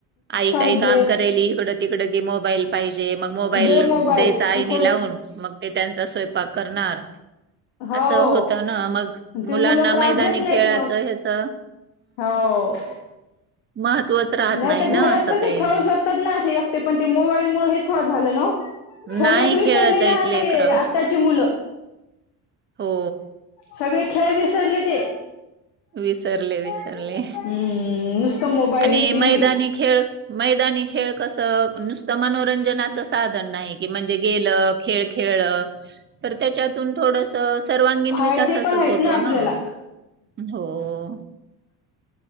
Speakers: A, on the right; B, on the left.
A: आई
B: पाहिजे
A: काही काम कराली इकड. तिकडं की मोबाईल पाहिजे मग, मोबाईल
B: दे मोबाईल
A: द्यायचा आईनी
B: कोण
A: लावून. मग ते त्यांचा स्वयंपाक करणार.
B: हो
A: असं होत ना मग
B: ते
A: मुलांना
B: मुलं त्रास
A: मैदानी
B: देत नाहीत
A: खेळायचं
B: मग
A: ह्याचं
B: हो
A: महत्त्वच राहत
B: नाही तर
A: ना
B: घरात
A: असं
B: पण
A: काही
B: ते खाऊ शकतात ना अे ते पण ते मोबाईलमुळं हेच हो झालं ना‌ ओ, खेळणच,
A: नाही खेळत
B: विसरलेलं
A: आहेत
B: हान
A: लेकरं
B: हे आत्ताची मुलं.
A: हो..
B: सगळे खेळ विसरले ते.
A: विसरले विसरले,
B: हम्म नुसतं मोबाईल
A: आणि
B: टीव्ही
A: मैदानी खेळ मैदानी खेळ कसं नुसतं मनोरंजनाचं साधन नाही की म्हणजे गेलं खेळ खेळ तर त्याच्यातून थोडस सर्वांगीण
B: फायदे
A: विकासाच
B: पण आहेत
A: होतो
B: आपल्याला
A: ना? हो..